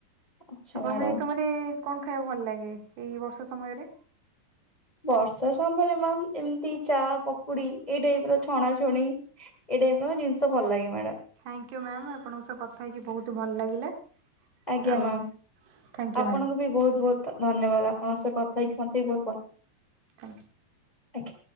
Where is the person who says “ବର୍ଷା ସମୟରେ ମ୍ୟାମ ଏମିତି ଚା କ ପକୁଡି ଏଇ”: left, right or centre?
Left